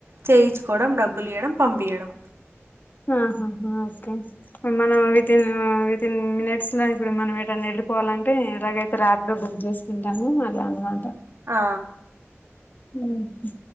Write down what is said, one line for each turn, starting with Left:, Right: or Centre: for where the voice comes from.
Right: చేయిచుకోవడం డబ్బులియ్యడం పంపియ్యడం
Left: ఆహా హా హా ఓకే మనం వితిన్ ఆ విత్ టెన్ మినిట్స్ లో ఇప్పుడు మనం ఏటైనా ఎళ్ళిపోవాలంటే ఎలాగైతే రాపిడో బుక్ చేసుకుంటాము. అలా అన్నమాట
Right: ఆ
Left: ఉ హు